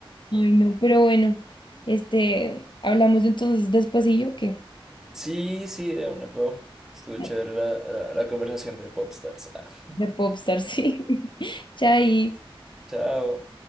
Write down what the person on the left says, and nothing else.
ay no, pero bueno, este, hablamos entonces después y yo qué,
Bueno,
de Popstar, sí, <laughs> chais.